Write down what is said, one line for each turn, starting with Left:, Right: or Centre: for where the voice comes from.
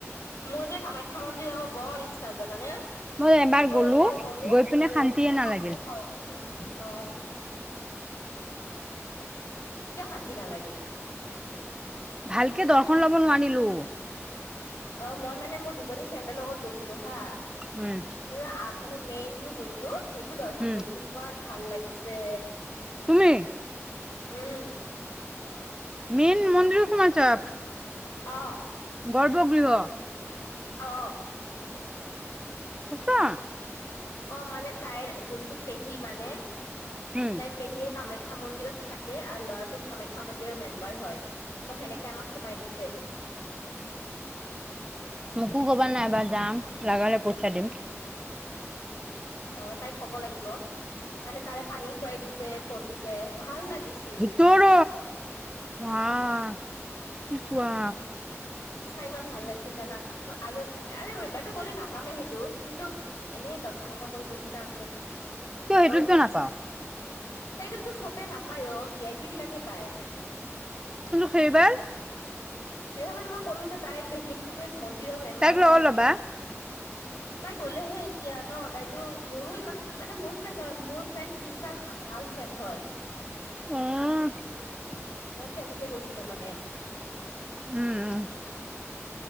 Left: মোৰ যে কামাখ্যা মন্দিৰ যাব বৰ ইচ্ছা জানানে?
Right: মই
Left: মই
Right: গ'লো
Left: এবাৰ গলো গৈ
Right: শান্তিয়ে
Left: পিনে
Right: নালাগিল
Left: শান্তি আৰু অ, কিয় শান্তি নালাগিল।
Right: ভালকে দৰ্শন লব নোৱাৰিলো।
Left: অ, মই মানে মোৰ দুজনী ফ্ৰেণ্ডৰ লগত গৈছিলো হা।
Right: কোনে?
Left: পুৰা আ মানে মেইন টো যোনতটো সেইটো দৰ্শন
Right: উম
Left: কৰিছে ইমান ভাল লাগিছে।
Right: তুমি?
Left: উম,
Right: মেইন মন্দিৰ সোমাইছা?
Left: অ',
Right: গৰ্ভগৃহ।
Left: অ',
Right: সচা
Left: অ, মানে তাইৰ যোনটো পেহী মানে তাইৰ
Right: উম
Left: পেহীয়েক কামাখ্যা মন্দিৰত থাকে আৰু ল'ৰাটো কামাখ্যা মন্দিৰৰ মেম্বাৰ হয়। ত সেনেকে আমাক সোমাই দিছে।
Right: মোকো ক'বা নাইবাৰ যাম লগালে পইচা দিম।
Left: অ, তাইক কব লাগিব মানে তাৰে পানী চোৱাই দিছে পণ্ডিতে ভাল লাগিছে।
Right: ভিতৰৰ বা কি কোৱা?
Left: চাই ইমান ভাল লাগিছিল জানা আৰু এইবাৰো গলে নাপামেই সেইটো কিন্তু এনেই দৰ্শন এতটা কৰিব ইচ্ছা আছে।
Right: কিয় সেইটোত
Left: বহুত
Right: কিয়
Left: হৈছে
Right: নাপাও
Left: সেইটোতো চবে নাপায় অ, ভি আই পি বিলাকে পায়।
Right: কিন্তু সেইবাৰ
Left: সেইবাবে মানে মই ক'লো যে তাইৰ পেহীয়েকটো যে মন্দিৰৰ মেম্বাৰ
Right: তাইক লগত
Left: হয়।
Right: ল'বা।
Left: তাই গ'লেহে এতিয়া ন তাইতো মোৰো ইমান মানে মোৰ ফ্ৰেণ্ড হয় মোৰ ফ্ৰেণ্ড তিচাৰ ভা ভাল ফ্ৰেণ্ড হয়।
Right: অ',
Left: অ, তেনেকে গৈছিলো মানে।
Right: উম,